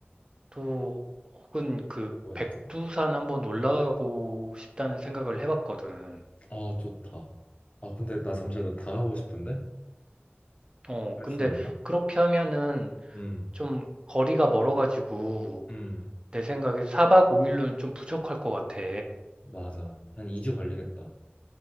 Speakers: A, on the right (about 25°); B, on the left (about 35°).
A: 또 혹은 그
B: 뭐
A: 백두산
B: 있지?
A: 한번 올라가고 싶다는 생각을 해봤거든.
B: 아, 좋다. 아, 근데 나 잠시만 나다 가고 싶은데?
A: 어,
B: 그럴
A: 근데
B: 순 없나?
A: 그렇게 하면은
B: 음,
A: 좀 거리가 멀어가지고
B: 음,
A: 내 생각에 사박오일로는 좀 부족할 것 같아.
B: 맞아. 한 2주 걸리겠다.